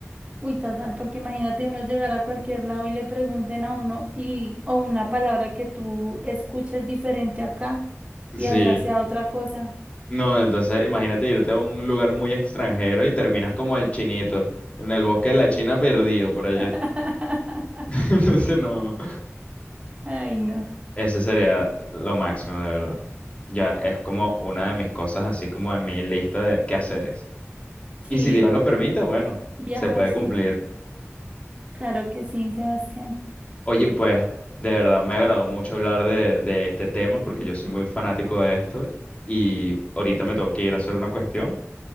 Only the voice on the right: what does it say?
Uy, total, porque imagínate uno llegar a cualquier lado y le pregunten a uno y o una palabra que tú escuches diferente acá
y allá sea otra cosa.
<laughs>
Ay, no.
Sí,
viajar,
sí.
Claro que sí, Sebastián.